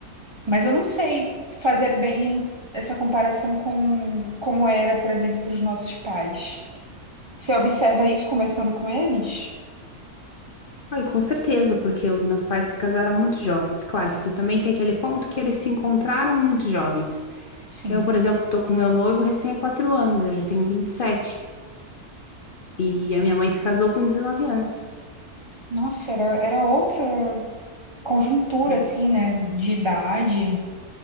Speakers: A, on the right; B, on the left.
A: Mas eu não sei fazer bem essa comparação com como era, por exemplo, para os nossos pais. Você observa isso conversando com eles?
B: Ah, e com certeza, porque os meus pais se casaram muito jovens. Claro que tu também tem aquele ponto que eles se encontraram muito jovens.
A: Sim.
B: Eu, por exemplo, tô com meu noivo recém há quatro anos, eu já tenho vinte E sete e a minha mãe se casou com 19 anos.
A: Nossa, era, era outra conjuntura,
B: Hum.
A: assim, né? De idade,